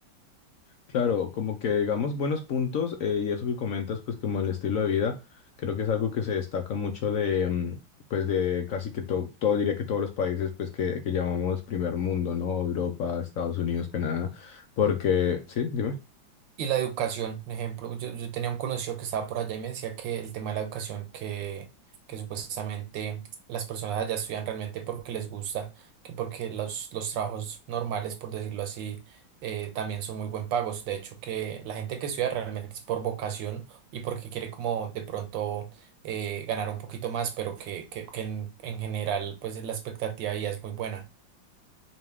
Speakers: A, on the left; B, on the right.
A: Claro, como que digamos buenos puntos eh, y eso que comentas, pues como el estilo de vida, creo que es algo que se destaca mucho de, mm, pues de casi que todo, todo diría que todos los países, pues que, que llamamos primer mundo, ¿no? Europa, Estados Unidos, Canadá, porque, sí, dime.
B: Y la educación, un ejemplo, yo, yo tenía un conocido que estaba por allá y me decía que el tema de la educación, que, que supuestamente las personas allá estudian realmente porque les gusta, que porque los, los trabajos normales, por decirlo así, eh, también son muy buen pagos. De hecho, que la gente que estudia realmente es por vocación y porque quiere como de pronto eh, ganar un poquito más, pero que, que, que en, en general pues la expectativa ya es muy buena.